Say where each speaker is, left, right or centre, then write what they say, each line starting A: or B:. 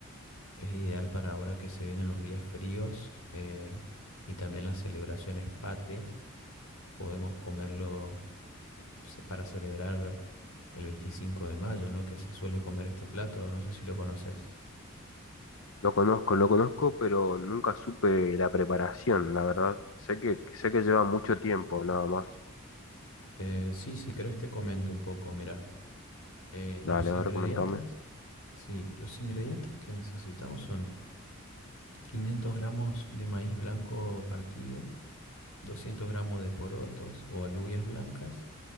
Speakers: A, on the left; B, on the left.
A: Es ideal para ahora que se vienen los días fríos eh, y también las celebraciones patrias. Podemos comerlo ce- para celebrar el 25 de mayo, ¿no? Que se suele comer este plato, no sé si lo conoces.
B: Lo conozco, lo conozco, pero nunca supe la preparación, la verdad. Sé que, sé que lleva mucho tiempo, nada más.
A: Eh, sí, si querés te comento un poco, mira. eh, los
B: Dale, a
A: ingredientes,
B: ver, comentame.
A: sí, los ingredientes que necesitamos son 500 gramos de maíz blanco partido, 200 gramos de porotos o alubias blancas,